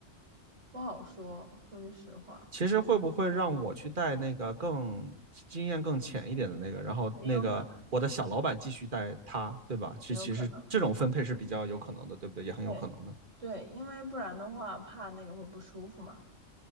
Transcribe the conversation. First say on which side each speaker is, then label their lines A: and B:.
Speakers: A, on the right; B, on the right.
A: 不好说，说句实话，
B: 其实会不会让我去带那个更经验更浅一点的那个，然后那个我的小老板继续带他，
A: 很有可能。
B: 对吧？其其实这种分配是比较有可能的，
A: 很有可能。
B: 对不对？也很有可能的。
A: 对对，因为不然的话，怕那个会不舒服嘛。